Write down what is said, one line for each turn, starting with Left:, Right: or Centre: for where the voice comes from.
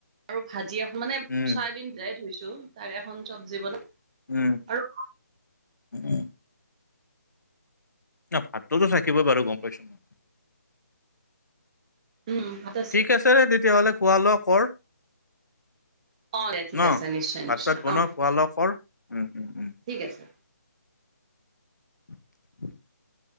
Right: আৰু ভাজি এখন মানে,
Left: উম,
Right: চয়াবিন দিলাই থৈছোঁ তাৰে এখন চব্জি বনাম।
Left: উম।
Right: আৰু
Left: উ ন ভাততো থাকিবই বাৰু গম পাইছো ন?
Right: উম, <unintelligible>
Left: ঠিকে আছেৰে তেতিয়াহ'লে ঘোৱা ল কৰ।
Right: অ দে ঠিক
Left: ন,
Right: আছে নিশ্চয়
Left: ভাত
Right: নিশ্চয়
Left: চাত বনাওঁ,
Right: অ
Left: খোৱা-লোৱা কৰ উম, উম, উম।
Right: ঠিক আছে।
Left: <unintelligible>